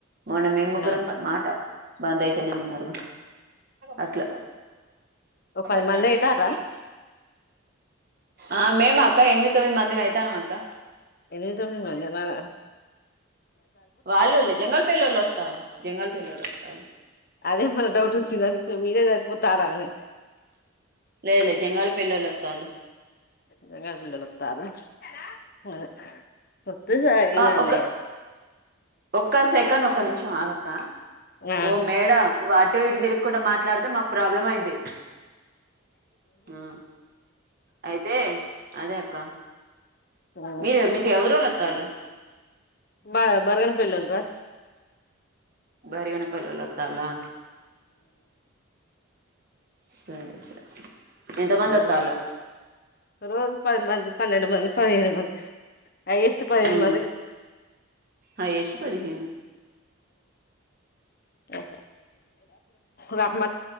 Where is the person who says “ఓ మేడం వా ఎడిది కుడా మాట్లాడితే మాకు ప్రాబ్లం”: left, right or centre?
Right